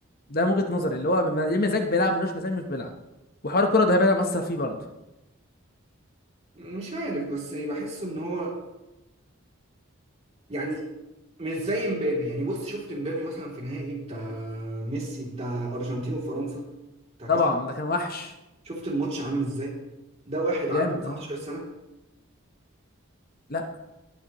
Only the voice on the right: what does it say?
مش عارف بس يعني بحس إن هو يعني مش زي امبابي يعني بص شفت امبابي مثلا في نهائي بتاع ميسي بتاع أرجنتين وفرنسا بتاع كأس
شفت الماتش عامل إزاي ده واحد عنده
19
سنة